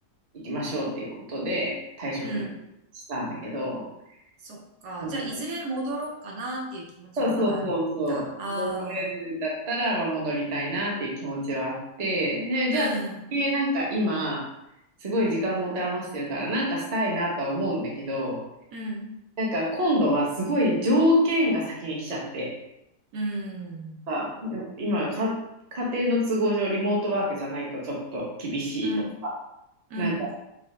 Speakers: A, on the right (about 35°); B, on the right (about 80°).
A: 行きましょうっていうことで退職
B: うん。
A: したんだけど、
B: そっか。
A: うん
B: じゃあ、いずれ戻ろうかなっていう気持ちはまだあるんだ。
A: そうそうそうそう、
B: ああ、
A: 戻れるんだったら、まあ、戻りたいなっていう気持ちはあって、で、じゃあ、
B: うん、
A: えなんか今、すごい時間持て余してるから、なんかしたいなとは思うんだけど、
B: うん、
A: なんか今度はすごい条件が先に来ちゃって。
B: うん、
A: さ、今か、家庭の都合上リモートワークじゃないとちょっと厳しいとか、
B: うん、うん、
A: なんか、